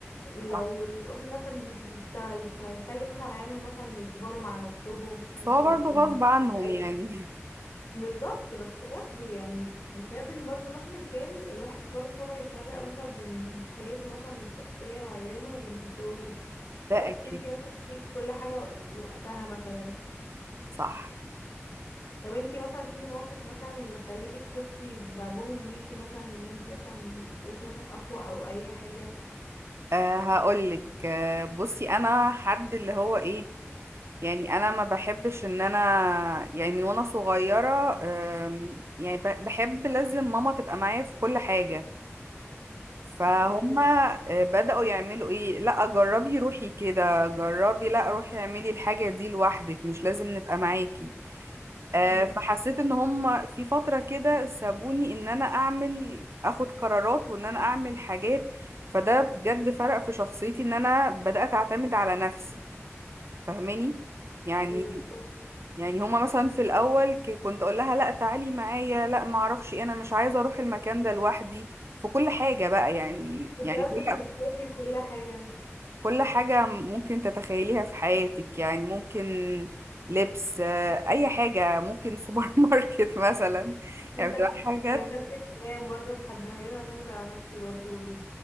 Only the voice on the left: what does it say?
لو
الام مثلا مش بتشتغل فهيخلي مثلا عيالهم مثلا يكبروا مع نفسهم ممكن
يحكموا
مشاكل
في اي
بالظبط بس برضه يعني لازم برضه مهما كان الواحد برضه فما يفرق مثلا بين حياته مثلا الشخصية وعياله وبين شغله
وبتدي
مثلا كل حاجة لوقتها مثلا
طب انتي مثلا في موقف مثلا خليكي تحسي بدعمهم ليكي مثلا ان انتي مثلا بقيتي مثلا اقوى او اي حاجة
ايوه
مم.
ايوه بالظبط
كنت
الاول
كنت بتخافي وكل حاجة
<laughs>
كان نفس الكلام برضه لحد ما بقيت اعتمد على نفسي برضه